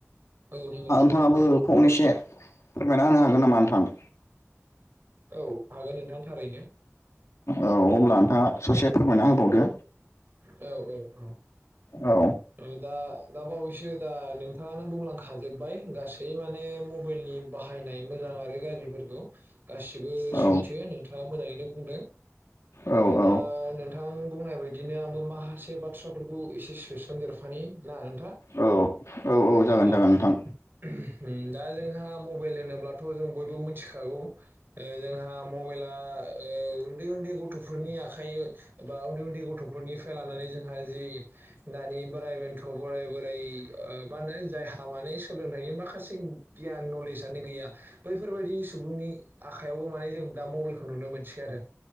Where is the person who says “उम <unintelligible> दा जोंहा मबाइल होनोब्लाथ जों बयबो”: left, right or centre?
Right